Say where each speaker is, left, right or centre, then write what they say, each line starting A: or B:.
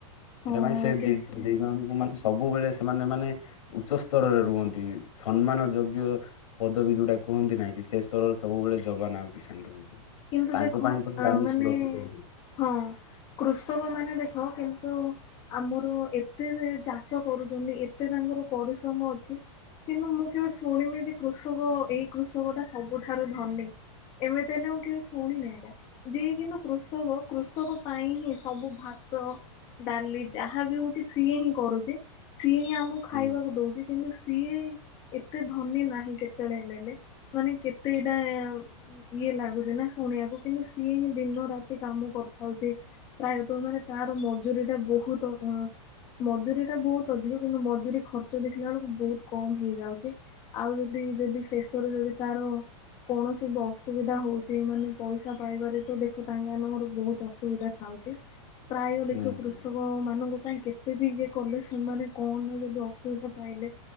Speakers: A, on the left; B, on the left.
A: ସେଇଟା
B: ହଁ
A: ପାଇଁ ସେ ବି
B: କେତେ
A: ଦିନ ରାତି ମଣିଷ ସବୁବେଳେ ସେମାନେ ମାନେ ଉଚ୍ଚ ସ୍ତରରେ ରୁହନ୍ତି ସମ୍ମାନ ଯୋଗ୍ୟ ପଦବୀ ଯୋଉଟା କୁହନ୍ତି ନାଇଁ କି ସେ ସ୍ତରରେ ସବୁବେଳେ ଯବାନ୍ ଆଉ କିଶାନ୍ ରୁହନ୍ତି।
B: କିନ୍ତୁ
A: ତାଙ୍କ
B: ଦେଖ
A: ପାଇଁ ବୋଲି
B: ଆଁ
A: ଆମେ
B: ମାନେ
A: ସୁରକ୍ଷିତ ବି ରହୁ।
B: ହଁ। କୃଷକ ମାନେ ଦେଖ କିନ୍ତୁ ଆମର ଏତେ ସେ ଚାଷ କରୁଛନ୍ତି ଏତେ ତାଙ୍କର ପରିଶ୍ରମ ଅଛି କିନ୍ତୁ ମୁଁ କେବେ ଶୁଣିନି ଯେ କୃଷକ ଏଇ କୃଷକଟା ସବୁଠାରୁ ଧନୀ। ଏମିତି ହେଲେ ମୁଁ କେବେ ଶୁଣିନି ଏଇଟା ଯିଏ କିନ୍ତୁ କୃଷକ କୃଷକ ପାଇଁ ହିଁ ସବୁ ଭାତ ଡାଲି ଯାହା ବି ହଉଛି ସିଏ ହିଁ କରୁଛି ସିଏ ହିଁ ଆମକୁ ଖାଇବାକୁ
A: ହୁଁ
B: ଦଉଛି। କିନ୍ତୁ ସିଏ ଏତେ ଧନୀ ନାହିଁ କେତେବେଳେ ହେଲେଲେ ମାନେ କେତେଟା ଇଏ ଲାଗୁଛି ନା ଶୁଣିବାକୁ କିନ୍ତୁ ସିଏ ହିଁ ଦିନ ରାତି କାମ କରିଥାଉଛି। ପ୍ରାୟତଃ ମାନେ ତାର ମଜୁରୀ ଟା ବହୁତ ଅ ମଜୁରୀ ଟା ବହୁତ ଅଧିକ କିନ୍ତୁ ମଜୁରୀ ଖର୍ଚ୍ଚ ଦେଖିଲା ବେଳକୁ ବହୁତ କମ୍ ହେଇଯାଉଛି। ଆଉ ଯଦି ଯଦି ଶେଷରେ ଯଦି ତାର କୌଣସି ବି ଅସୁବିଧା ହଉଛି। ଯେ ମାନେ ପଇସା ପାଇବାରେ ତ ଦେଖ ତାଙ୍କେ ଆମ ଘର ବହୁତ ଅସୁବିଧା ଥାଉଛି। ପ୍ରାୟ ଦେଖ
A: ହୁଁ
B: କୃଷ
A: ହୁଁ
B: ଙ୍କ ମାନଙ୍କ ପାଇଁ କେତେ ବି ଇଏ କଲେ ସେମାନେ କଣ ନା ଯଦି ଅସୁବିଧା ପାଇଲେ।